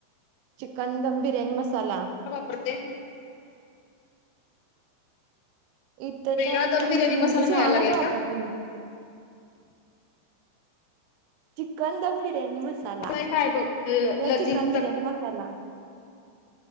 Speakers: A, on the right; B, on the left.
A: चिकन दम बिर्याणी मसाला
B: प्रते
A: इथे
B: वेगळा
A: तर
B: दम बिर्याणी
A: म्हणजे,
B: मसाला
A: सुहानाच
B: मिळायला लागलाय
A: वापरते
B: का
A: मी. चिकन दम बिर्याणी मसाला
B: काय काय बघ
A: किंवा
B: लजीज
A: चिकन बिर्याणी मसाला.